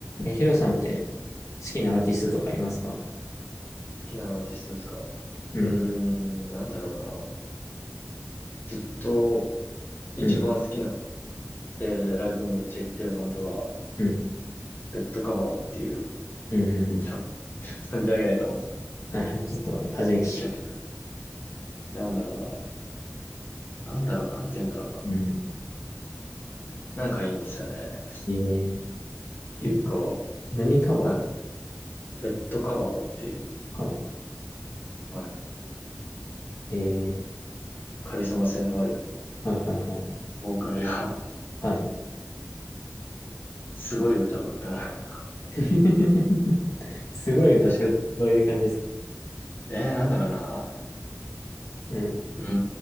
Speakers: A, on the left; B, on the left.
A: え、ヒロさんって好きなアーティストとかいますか
B: きなアーティストですか
A: うん、
B: うーん、なんだろうな。ずっと一番好きな、
A: うん、
B: えーライブめっちゃ行ってるバンドが、
A: うん、
B: レッドカバーっていう、
A: うん、うんうん。
B: 多分、<laughs> 存じ上げないと思うんですけど、
A: はい、はいちょっと初めに聞き、
B: めちゃくちゃ。なんだろうな。なんだろう、なんて言うんだろうな。
A: うん、
B: なんかいいんですよね。
A: いいね。ゆ
B: 結構、
A: 何カバー
B: はい。レッドカバーっていう、
A: カバ
B: はい。
A: ーえ
B: カリスマ性のある
A: ー、はい、はい、はい。
B: ボーカルが
A: はい。
B: <laughs> すごい歌を歌う。確
A: <laughs> すごい歌って、
B: か、
A: どういう感じですか
B: えー、なんだろうな。
A: うん。
B: うー